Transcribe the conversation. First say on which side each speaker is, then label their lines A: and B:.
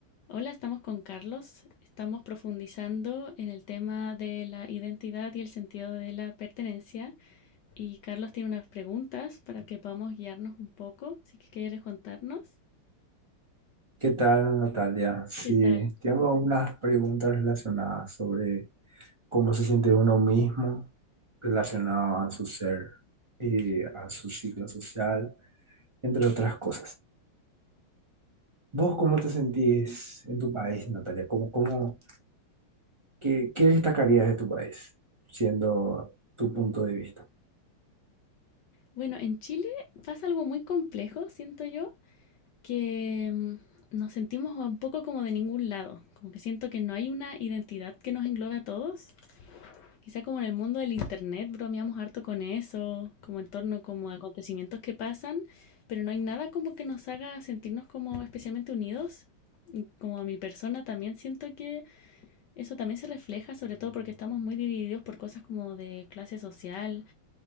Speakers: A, on the left (about 65°); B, on the right (about 25°).
A: Hola, estamos con Carlos. Estamos profundizando en el tema de la identidad y el sentido de la pertenencia. Y Carlos tiene unas preguntas para que podamos guiarnos un poco, si que quieres contarnos.
B: ¿Qué tal, Natalia? Sí,
A: ¿Qué tal?
B: tengo unas preguntas relacionadas sobre cómo se siente uno mismo relacionado a su ser y a su ciclo social, entre otras cosas. ¿Vos cómo te sentís en tu país, Natalia? ¿Cómo, cómo, qué, qué destacarías de tu país, siendo tu punto de vista?
A: Bueno, en Chile pasa algo muy complejo, siento yo, que mm, nos sentimos un poco como de ningún lado, como que siento que no hay una identidad que nos englobe a todos. Quizá como en el mundo del internet bromeamos harto con eso, como en torno como a acontecimientos que pasan, pero no hay nada como que nos haga sentirnos como especialmente unidos. Y Como a mi persona también siento que eso también se refleja, sobre todo porque estamos muy divididos por cosas como de clase social,